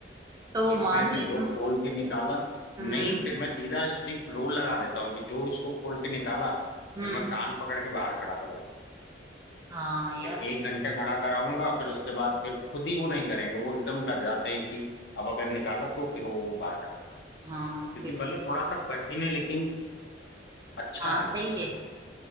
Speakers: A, on the right; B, on the left.
A: तो वो
B: इसमें
A: मान
B: से
A: ले
B: जो
A: हम्म
B: खोल के निकाला
A: हम्म
B: नहीं फिर मैं सीधा स्ट्रिक्ट रूल लगा देता हूँ कि जो इसको खोल के निकाला फिर
A: हम्म,
B: मैं कान पकड़ के बाहर खड़ा करवा दूं।
A: हाँ यार
B: फिर एक घंटे खड़ा कराऊंगा फिर उसके बाद फिर खुद ही वो नहीं करेंगे वो एकदम डर जाते हैं कि अब अगर निकाला तो फिर वो बाहर खड़ा करेंगे।
A: हाँ
B: क्योंकि
A: बिल्कुल
B: भले थोड़ा सा कठिन है लेकिन अच्छा
A: हाँ
B: है
A: सही
B: उनके
A: है